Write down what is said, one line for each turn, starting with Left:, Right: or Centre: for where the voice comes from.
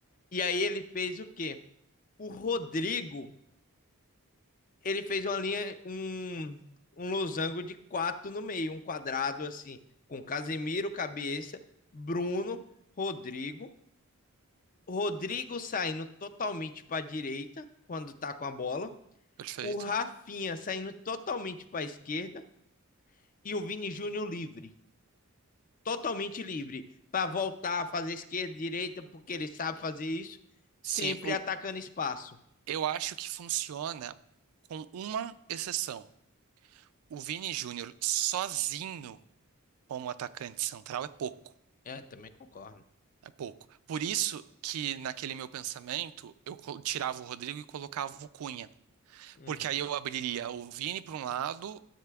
Left: E aí ele fez o quê? O Rodrigo, ele fez uma linha, um, um losango de quatro no meio, um quadrado assim, com Casemiro, cabeça, Bruno, Rodrigo. Rodrigo saindo totalmente para a direita quando tá com a bola.
Right: perfeito.
Left: O Rafinha saindo totalmente para a esquerda e o Vini Júnior livre. totalmente livre para voltar a fazer esquerda, direita, porque ele sabe fazer isso, sempre
Right: Sim, o-
Left: atacando espaço.
Right: eu acho que funciona com uma exceção. O Vini Júnior sozinho como atacante central é pouco.
Left: É, também concordo.
Right: É pouco. Por isso que naquele meu pensamento eu co- tirava o Rodrigo e colocava o Cunha.
Left: Uhum.
Right: Porque aí eu abriria o Vini para um lado,